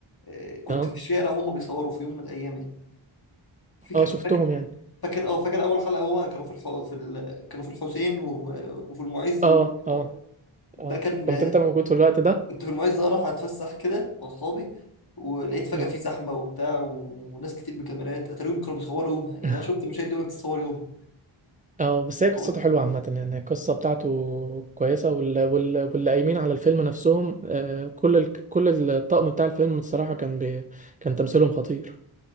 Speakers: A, on the left (about 45°); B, on the right (about 20°).
A: آه، كنت
B: اه
A: في الشارع وهم بيصوروا في يوم من الايام يعني فاكر
B: اه شفتهم
A: فاكر
B: يعني
A: فاكر اه فاكر اول حلقه هو كانوا في الح... في ال... كانوا في الحسين و... وفي المعز
B: اه
A: وهم بيصوروا.
B: اه
A: ده
B: اه
A: كان
B: كنت انت موجود في الوقت ده
A: كنت في المعز راح اتفسح كده مع اصحابي ولقيت فجأة
B: اه
A: في زحمة وبتاع و- وناس كتير بكاميرات اتاريهم كانوا بيصوروا يومها يعني
B: <laughs>
A: انا شفت مشاهد دي وهي بتتصور يومها
B: اه بس هي قصته
A: فقلت
B: حلوه عامه يعني القصه بتاعته كويسه وال... وال... واللي قايمين على الفيلم نفسهم آه كل ال... كل الطقم بتاع الفيلم الصراحه كان بي... كان تمثيلهم خطير